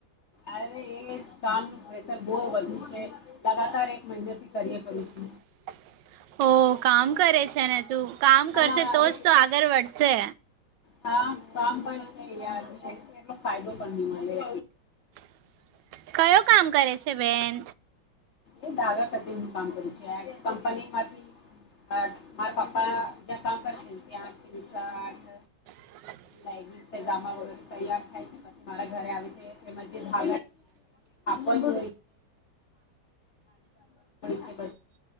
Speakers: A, on the left; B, on the right.
A: અરે એ કામ નું પ્રેશર બહુ વધુ છે લગાતાર એક મહિને થી કાર્ય કરું છું
B: <inaudible> હો કામ કરે છે ને તું કામ
A: હા
B: કરશે તોજ
A: એક
B: તો આગળ વધશે.
A: હા કામ પણ યાર ફાયદો પણ નહી મળે.
B: <inaudible> કયો કામ કરે છે બેન.
A: એ દાગા કટીંગ નું કામ કરું છે યાર કંપનીમાંથી. આઠ મારા પાપ્પા જ્યા કામ કરશે તે આઠ તનશ આઠ.
B: <inaudible>
A: લગી ગ વગ તૈયાર થાય છે પછી મારા ઘરે આવે છે એમાં જે. હો હોય છે.